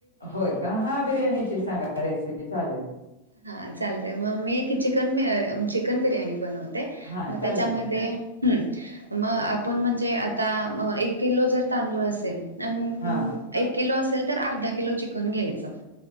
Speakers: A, on the left (about 80°); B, on the right (about 80°).
A: होय का हा बिर्याणीची सांगा रेसिपी चालेल.
B: हा चालतय म मी चिकन मे चिकन बिर्याणी बनवते
A: हा
B: म
A: चालेल
B: त्याच्यामध्ये
A: की
B: हम् म आपण म्हणजे आ ता म एक किलो जर तांदूळ असेल त
A: हा
B: अ किलो अस त तर अर्धा किलो चिकन घ्यायच.